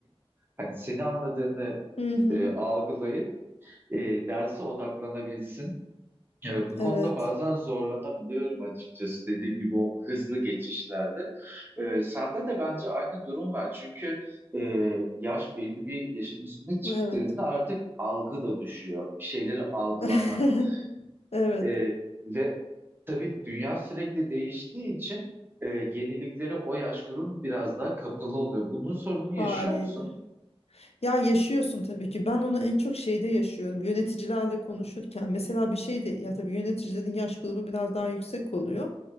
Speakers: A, on the right; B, on the left.
A: hani seni anladığını
B: Hı hı.
A: e, algılayıp e, derse odaklanabilsin. Ya bu konuda
B: Evet.
A: bazen zorlanabiliyorum açıkçası dediğim gibi o hızlı geçişlerde. Ee, sende de bence aynı durum var. Çünkü e, yaş belli bir yaşın üstüne çıktığında
B: Evet.
A: artık algı da düşüyor. Bir şeyleri algılamak
B: <laughs> Evet.
A: e, ve tabii dünya sürekli değiştiği için e, yeniliklere o yaş grubu biraz daha kapalı oluyor. Bunun sorununu
B: Haliyle.
A: yaşıyor musun?
B: Ya yaşıyorsun tabii ki. Ben onu en çok şeyde yaşıyorum. Yöneticilerle konuşurken mesela bir şey de ya tabii yöneticilerin yaş grubu biraz daha yüksek oluyor.